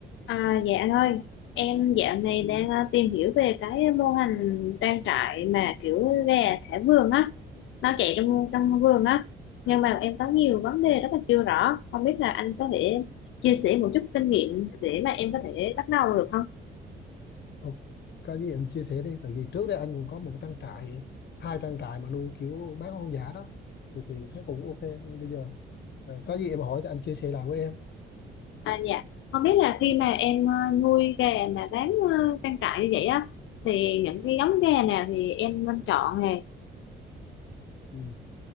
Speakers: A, on the left; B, on the left.
A: À, dạ thôi em dạo này
B: Ừ.
A: đang ờ, tìm hiểu về cái mô hình trang trại mà kiểu gà thả vườn á nó chạy trong trong vườn á nhưng mà em có nhiều vấn đề rất là chưa rõ không biết là anh có thể chia sẻ một chút kinh nghiệm để mà em có thể bắt đầu được không
B: Ok, có gì em chia sẻ đi tại vì trước đây anh cũng có một trang trại hai trang trại mà nuôi kiểu bán hoang dã đó thì thì thấy cũng ok nên bây giờ là có gì em hỏi thì anh chia sẻ lại với em
A: à dạ không biết là khi mà em ờ, nuôi gà mà bán ờ, trang trại như vậy á thì những cái giống gà nào thì em nên chọn nè
B: ừ.